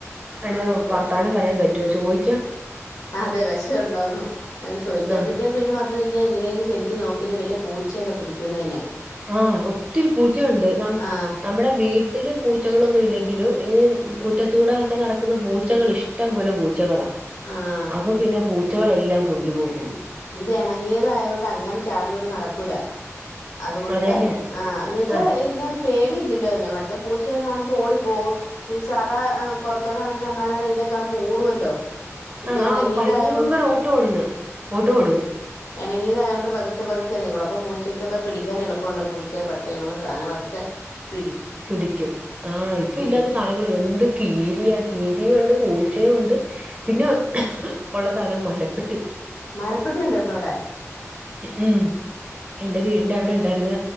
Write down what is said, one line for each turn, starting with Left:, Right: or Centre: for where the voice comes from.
Right: അയ്ന്
Left: അതിപ്പോ
Right: വർത്താനം പറയാൻ പറ്റുവോ ചോയി
Left: അതെ വിശയുണ്ടോന്ന് അങ്ങനെ ചോയ്ക്കാൻ
Right: ആ
Left: പറ്റിയ പിന്നെ വന്നഴിഞ്ഞാ എങ്ങനെലും ശരിക്കും നോക്കല് വല്ല പൂച്ചയൊക്കെ പിടിക്കുന്നന്നെ
Right: ആഹ് ഒത്തിരി പൂച്ചയുണ്ട് നമ-
Left: ആഹ്
Right: വിടെ വീട്ടില് പൂച്ചകളൊന്നും ഇല്ലെങ്കിലും ഈ മുറ്റത്തൂടെ ഒക്കെ നടക്കുന്ന പൂച്ചകൾ ഇഷ്ട ടം പോലെ പൂച്ചകളാ
Left: ആഹ്
Right: അപ്പൊ പിന്നെ പൂച്ചകളെല്ലാം കൊണ്ടുപോകും
Left: ഇതെണങ്ങിയതായോണ്ട് അങ്ങനെ ചാടിയോടി നടക്കൂല അതുകൊണ്ട്
Right: അതെല്ലേ
Left: ആഹ് എന്ന് വെച്ചാ
Right: ആഹ്
Left: ഇയ്നെ പേടിയില്ലല്ലോ അതിന് മറ്റേ പൂച്ചയെ കാണുമ്പോ ഓടിപ്പോകും സാധാ പൊറത്തോട്ടടക്ക്ണ അണ്ണാ നാണേ ഇതിനെക്കാണ്മ്പോ ഓടുവല്ലോ
Right: ആ
Left: ഇത് ഇണങ്ങിയതായോണ്ട്
Right: ഭയങ്കര ഓട്ടോടുന്നേ ഓട്ടോടും
Left: എണങ്ങിതായോണ്ട് പതുക്ക പതുക്കെ നീങ്ങൊള്ളു അപ്പ പൂച്ചക്കൊക്കെ പിടിക്കൻ എളുപ്പണ്ട് പൂച്ച പട്ടിന്നുള്ള സാനങ്ങളൊക്കെ എ
Right: പിടിക്കും ആ ഇപ്പെല്ല്യാത്ത
Left: ഉം
Right: സാനങ്ങളെന്തെക്ക കീരിയാ കീരിയുണ്ട് പൂച്ചയുംണ്ട് പിന്നെ ഉള്ള സാനാ മരപ്പെട്ടി
Left: മരപ്പട്ടിണ്ടോപ്പവിടെ
Right: ഉം എന്റെ വീടിന്റെറെ അവിടെ ഉണ്ടായിരുന്നു